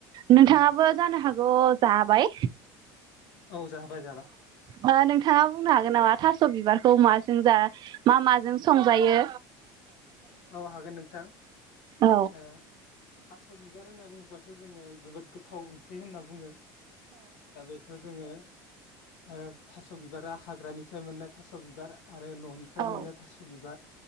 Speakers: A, on the right; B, on the left.
A: नोंथाङाबो
B: औ
A: जानो हा ज जाबाय।
B: औ जाबाय जाबाय।
A: ओ नोंथाङा बुंनो हागोन नामा थास' बिबारखौ माजों जा मा माजों संजायो?
B: औ हागोन नोंथां।
A: औ
B: ओ थास' बिबार होनना बुंबा थ' जोङो जोबोद गोथाव ओंख्रि होनना बुङो। दा बेखौ जोङो ओ थास' बिबारा हाग्रानिफ्राय मोननाय थास' बिबार आरो न'निफ्राय
A: औ
B: मोननाय थास' बिबार